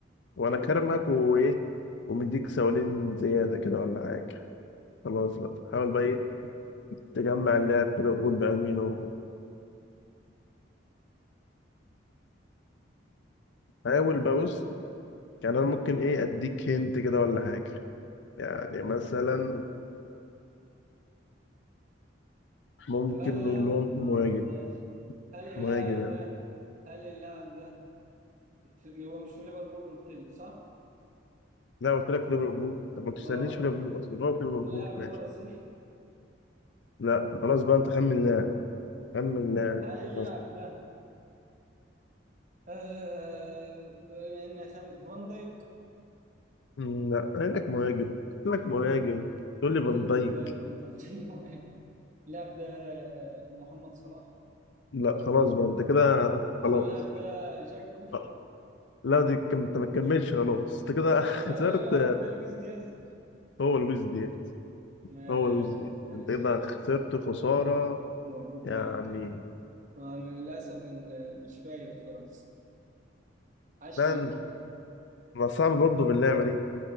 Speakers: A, on the left (about 70°); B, on the right (about 40°).
A: وانا كرمك وايه ومديك سؤالين زياده كده ولا حاجه خلاص بقى حاول بقى ايه تجمع اللاعب كده وقول بقى مين هو حاول بقى بص يعني انا ممكن ايه اديك هنت كده ولا حاجه يعني مثلا ممكن
B: طب هل اللاعب
A: نقول لهم
B: اه
A: مهاجم
B: ماشي هل اللاعب
A: مهاجم يعني
B: ده هل اللاعب ده في... هو مش في ليفربول قلت لي صح؟
A: لا قلت لك ليفربول طب ما تستنيش
B: اه
A: في ليفربول اصلا هو في ليفربول
B: اللاعب
A: ماشي
B: ده برازيلي
A: لا خلاص بقى انت خمن لاعب خمن لاعب
B: هل اللاعب
A: بس
B: ده آه... بما ان خم... فان دايك
A: مم، لا قايل لك مهاجم قايل لك مهاجم تقول لي
B: ما
A: فان
B: خدتش
A: دايك
B: بالي ان انت قلت لي هو إيه. اللاعب ده آه، محمد صلاح
A: لا خلاص بقى انت كده
B: طب
A: خلاص
B: اللاعب ده جاكبو
A: آه، لا دي كم... انت ما تكملش
B: <laughs>
A: خلاص انت كده <laughs> خسرت
B: طب هل اللاعب ده لويس دياز؟
A: هو لويس دياز
B: ماشي
A: هو لويس دياز
B: ماشي
A: انت كده
B: يعني
A: خسرت خسارة
B: مبروك
A: يعني
B: ليك انا للاسف إن- مش فايق خالص عاش
A: ده
B: ليك
A: انت- ما صعب برضه في اللعبة دي